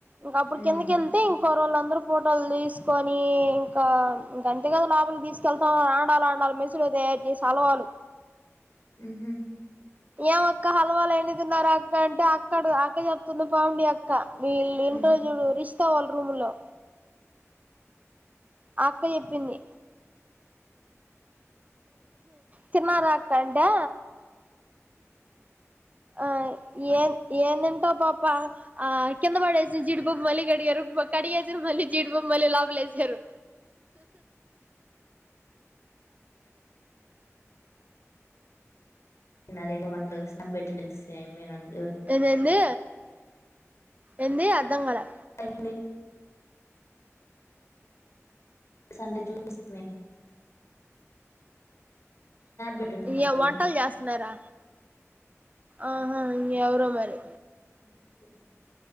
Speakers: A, on the right; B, on the left.
A: ఇంకా అప్పుడు
B: ఉమ్
A: కిందకి వెళ్తే ఇంకా కొరు వాళ్ళందరుూ ఫోటోలు తీసుకొని ఇంకా ఇక అంతేగా లు తీసుకెళ్తాం ఆండాల ఆండాలా మెసులు తయారు చేసి అలవాలు
B: హమ్
A: ఏం అక్క హలవాలు ఎన్ని తిన్నారు అక్క అంటే అక్కడ అక్క చెప్తుంది పావని అక్క విళ ఉంటారు
B: ఉమ్
A: చూడు రిషతా వాళ్ళు రూమ్ల్లో ఆ అక్క చెప్పింది తిన్నరక్క అంటే ఆ ఏన్ తింటాం పాప ఆ కింద పడేసి జిడిపప్పు మలి గడియారు కడిగసారు మళ్ళీ జీడ్ బామ్ మళ్ళీ లోపలేసారు
B: న్న రెండు వన్లు బెట్టి చూ మీంత <unintelligible>
A: ఎ ఎంది ఎంది అర్థం గాలే
B: అ అంటే చూపిస్తు పెట్టున్నారు
A: ఇ వంటలు చేస్తున్నారా ఆహా ఇ ఎవరో మరి
B: అదేడి